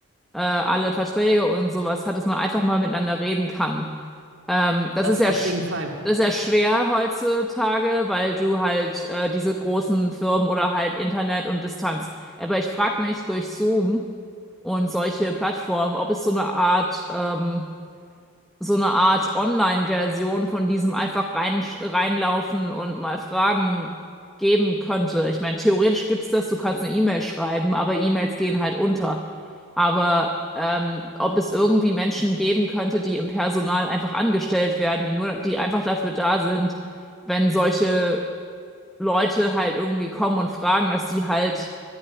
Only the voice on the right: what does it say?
Das
auf
jeden Fall.